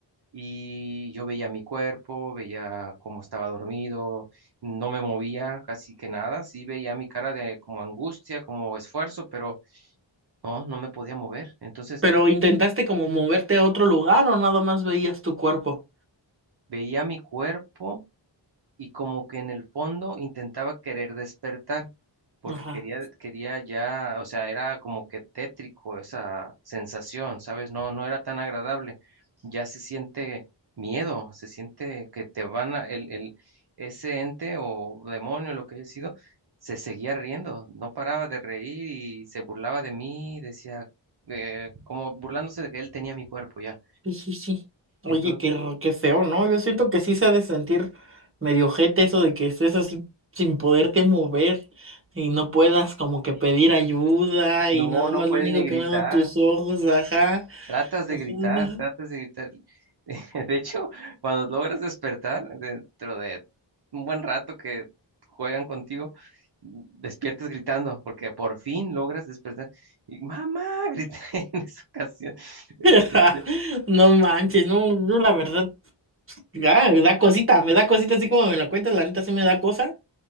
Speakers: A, on the right (about 55°); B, on the right (about 30°).
A: Y yo veía mi cuerpo, veía cómo estaba dormido, no me movía casi que nada, sí veía mi cara de como angustia, como esfuerzo, pero no, no me podía mover. Entonces
B: Pero intentaste como moverte a otro lugar o nada más veías tu cuerpo.
A: veía mi cuerpo y como que en el fondo intentaba querer despertar, porque
B: Ajá.
A: quería, quería ya, o sea, era como que tétrico esa sensación, ¿sabes? No, no era tan agradable. Ya se siente miedo, se siente que te van a, el, el, ese ente o demonio, lo que haya sido, se seguía riendo, no paraba de reír y se burlaba de mí, decía, eh, como burlándose de que él tenía mi cuerpo ya.
B: Sí, sí, sí. Oye,
A: Entonces,
B: qué, r- qué feo, ¿no? Yo siento que sí se ha de sentir medio ojete eso de que estés así sin poderte mover y no puedas como que
A: <laughs>
B: pedir
A: sí,
B: ayuda
A: no,
B: y nada
A: no
B: más
A: puedes
B: lo único
A: ni gritar.
B: que ven son tus ojos, ajá.
A: Tratas de
B: ajá.
A: gritar, tratas de gritar. <laughs> De hecho, cuando logras despertar, dentro de un buen rato que juegan contigo, despiertas gritando, porque por fin logras despertar. Y mamá, grité <laughs> en esa ocasión. Este,
B: <laughs> No manches, no, yo la verdad, ya, me da cosita, me da cosita así como me la cuentas, la neta sí me da cosa.